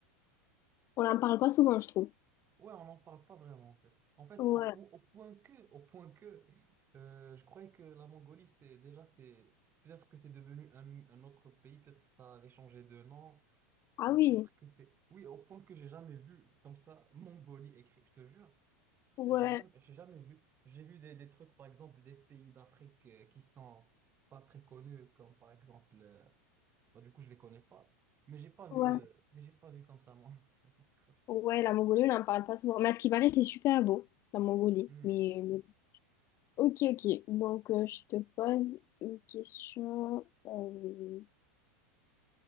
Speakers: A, on the left (about 40°); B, on the right (about 30°).
A: On n'en parle pas souvent, je trouve.
B: Ouais, on n'en parle pas vraiment en fait. En fait,
A: Ouais.
B: au, po- au point que, au point que, euh, je croyais que la Mongolie, c'est déjà, c'est peut-être que c'est devenu un, un autre pays, peut-être que ça avait changé de nom,
A: Ah
B: ou
A: oui,
B: peut-être que c'est, oui, au point que j'ai jamais vu comme ça Mongolie écrit. Je te jure,
A: ouais,
B: j'ai jamais, j'ai jamais vu. J'ai vu des, des trucs, par exemple, des pays d'Afrique euh, qui sont pas très connus, comme par exemple, euh, bah, du coup, je les connais pas, mais j'ai pas vu,
A: ouais.
B: euh, mais j'ai pas vu comme ça Mongolie. <laughs>
A: Ouais, la Mongolie, on n'en parle pas souvent. Mais à ce qui paraît, c'est super beau, la Mongolie.
B: Hmm.
A: Mais, mais- Ok, ok. Donc, euh, je te pose une question. euh,